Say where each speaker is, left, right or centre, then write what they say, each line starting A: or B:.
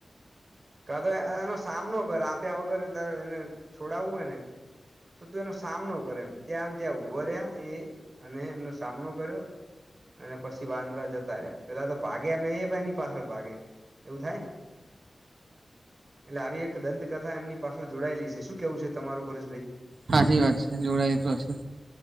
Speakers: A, on the right (about 40°); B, on the right (about 70°).
A: કા તો એનો સામનો કર આપ્યા વગર તારે એને છોડાવવું હોય ને. તો તું એનો સામનો કર એમ ત્યાંને ત્યાં ઉભો રહ્યા એ અને એમનો સામનો કર્યો. અને પછી વાંદરા જતા રહ્યા પેલા તો ભાગે અમે એ પણ એની પાછળ ભાગે એવું થાય ને. એટલે આવી એક દંતકથા એમની પાછળ જોડાયેલી છે શું કેવું છે તમારું પરેશભઈ.
B: હાચી વાત છે જોડાય તો હશે.